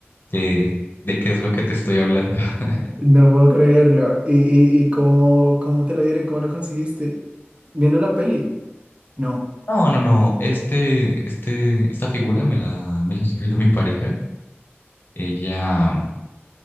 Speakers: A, on the left; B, on the right.
A: que- de qué es lo que te estoy hablando. <laughs>
B: No puedo creerlo. ¿Y, y, y cómo, cómo te lo dieron? ¿Cómo lo conseguiste? Viendo la peli. No,
A: No, no, no, este, este, esta figura me la, me la <laughs> regaló mi pareja. Ella,